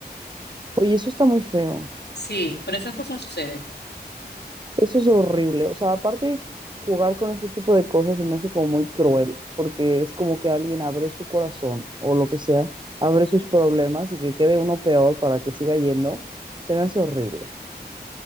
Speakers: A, on the right (about 25°); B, on the left (about 85°).
A: Oye, eso está muy feo.
B: Sí, pero esas cosas suceden.
A: Eso es horrible. O sea, aparte, jugar con ese tipo de cosas se me hace como muy cruel, porque es como que alguien abre su corazón o lo que sea, abre sus problemas y que quede uno peor para que siga yendo. Se me hace horrible.